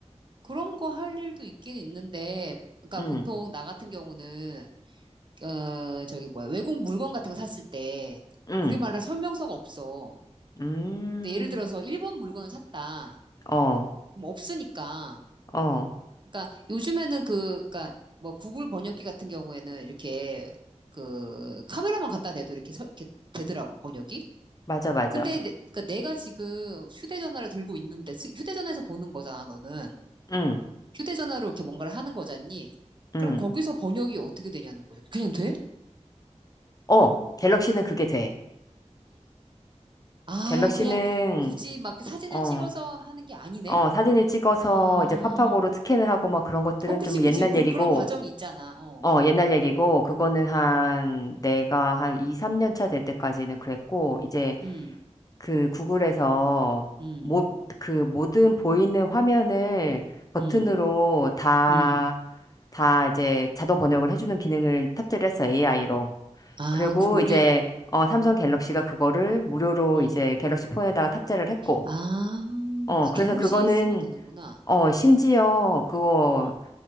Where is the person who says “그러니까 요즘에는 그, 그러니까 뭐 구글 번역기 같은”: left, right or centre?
Right